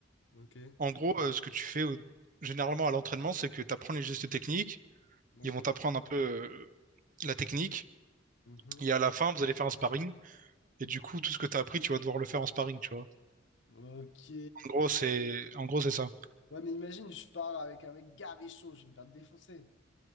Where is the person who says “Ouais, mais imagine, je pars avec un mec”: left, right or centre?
Left